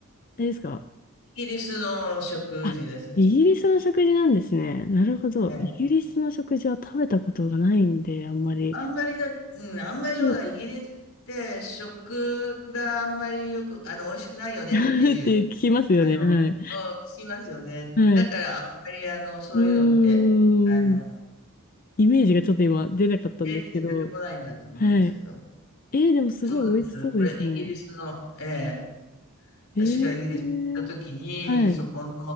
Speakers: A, on the left (about 40°); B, on the left (about 65°).
A: れですか
B: イギリスの食事ですね。
A: あ、イギリスの食事なんですね。なるほど。
B: ええ
A: イギリスの食事は食べたことがないんで、あんまり。
B: あんまりだ、うん、あんまりほら、
A: そう
B: イギリスって食があんまりよく、あの、美味しくないよねっていう、
A: <laughs> って聞きますよね。
B: あの、
A: はい。
B: うん、聞きますよね。
A: はい。
B: だから、あんまり、あの、そういうのって、
A: うーん。
B: あの、
A: イメージがちょっと今出なかったんですけど。
B: イメージが出てこないんだと思うんですけど。
A: はい。えー、でもすごい美味しそうですね。
B: そうなんです。これ、イギリスの、ええ、
A: えー、
B: 私がイギリスに行った時に、
A: はい。
B: そこの、